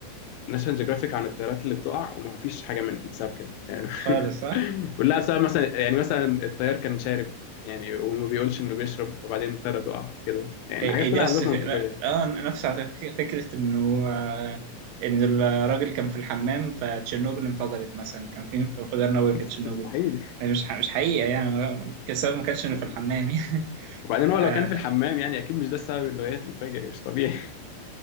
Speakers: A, on the left; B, on the right.
A: ناشونال جيوغرافيك عن الطيارات اللي بتقع ومفيش حاجه من بسبب كده يعني
B: خالص صح؟
A: <laughs> كلها بسبب مثلا يعني مثلا الطيار كان شارب يعني وما بيقولش انه بيشرب فبعدين الطياره تقع كده يعني
B: إيه
A: حاجات
B: إيه
A: كلها
B: دي نفس
A: اسباب
B: فكرة
A: منطقيه
B: اه نفس على فك- فكرة انه آه، ان الراجل كان في الحمام فتشيرنوبل انفجرت مثلا كان في انفجار نووي في
A: <laughs>
B: تشيرنوبل
A: مستحيل
B: يعني مش ح- مش حقيقة يعني السبب ما كانش انه
A: يعني.
B: في الحمام يعني <laughs>
A: وبعدين
B: آه
A: هو لو كان في الحمام يعني اكيد مش ده السبب انه هي تنفجر يعني، مش طبيعي <laughs>